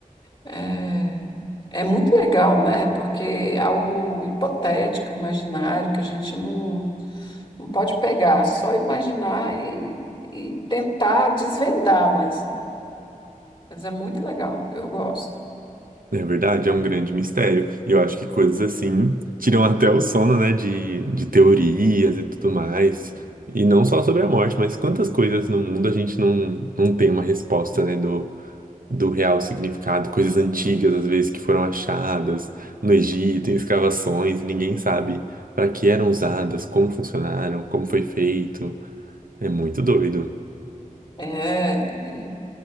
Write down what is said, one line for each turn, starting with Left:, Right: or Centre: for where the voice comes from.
Left: é, é muito legal, né? Porque é algo hipotético, imaginário, que a gente não, não pode pegar, só imaginar e, e tentar desvendar, mas. Mas é muito legal, eu gosto.
Right: É verdade, é um grande mistério. E eu acho que coisas assim tiram até o sono, né, de, de teorias e tudo mais. E não só sobre a morte, mas quantas coisas no mundo a gente não, não tem uma resposta, né, do, do real significado. Coisas antigas, às vezes, que foram achadas no Egito, em escavações, e ninguém sabe para que eram usadas, como funcionaram, como foi feito. É muito doido.
Left: É, e